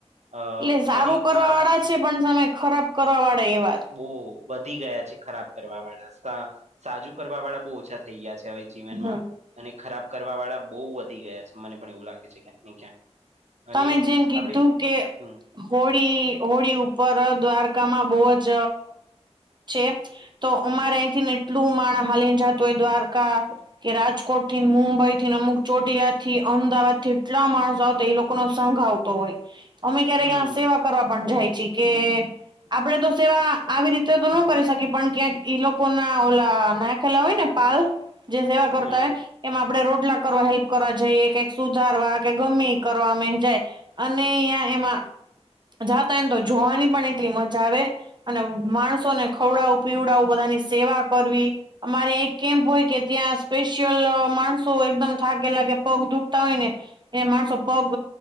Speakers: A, on the right; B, on the right.
A: અ
B: એટલે સારું
A: અને
B: કરવા
A: આ
B: વાળા પણ સામે ખરાબ કરવા વાળે એ વાત
A: બહુ વધી ગયા છે ખરાબ કરવા વાળા, સાજું કરવા વાળા બહુ ઓછા થઈ ગયા છે હવે. જીવનમાં,
B: હમ
A: અને ખરાબ કરવા વાળા બહુ વધી ગયા છે મને પણ એવું લાગે છે ક્યાંક ને ક્યાંક. અને
B: તમે જેમ કીધું
A: આપણે
B: કે
A: હમ
B: હોળી હોળી ઉપર દ્વારકામાં બહુ જ છે. તો અમારે અહીંથી ને એટલું માણ હાલીને જતું હોય દ્વારકા. કે રાજકોટ થી મુંબઈ થીને અમુક ચોટીલા થી અમદાવાદ થી એટલા માણસ આવતા એ લોકો ન સંઘ આવતો હોય, અમે ક્યારેક
A: હમ
B: એમાં સેવા કરવા પણ જાય છી કે આપડે તો સેવા આવી રીતે તો ન કરી શકીએ પણ ક્યાંક ઈ લોકો ના ઓલા નાખેલા હોય ને. પાલ. જે સેવા કરતા
A: હમ
B: હોય, એમાં આપડે રોટલા કરવા હેલ્પ કરવા જઈએ કક સુધારવા કે ગમે કરવા મે જાય, અને અહં એમાં જાતાયને તો જોવાની પણ એટલી મજા આવે. અને માણસો ને ખવડાવું પીવડાવું બધાની સેવા કરવી. અમારે એક કેમ્પ હોય કે ત્યાં સ્પેશિયલ માણસો એકદમ થાાગ લાગે પગ દુખતા હોય ને. એ માર સ પગ